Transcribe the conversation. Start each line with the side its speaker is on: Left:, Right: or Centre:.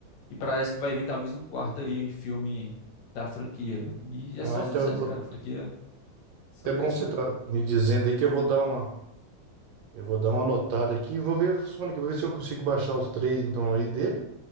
Left: E parece que vai vir talvez um quarto aí filme da franquia. E é
Right: Ah,
Left: só sucesso,
Right: então eu vou...
Left: cara. A franquia só
Right: É bom
Left: crescendo.
Right: você tá me dizendo aí que eu vou dar uma... Eu vou dar uma anotada aqui, vou ver o Sonic, vou ver se eu consigo baixar os três, então, aí dele.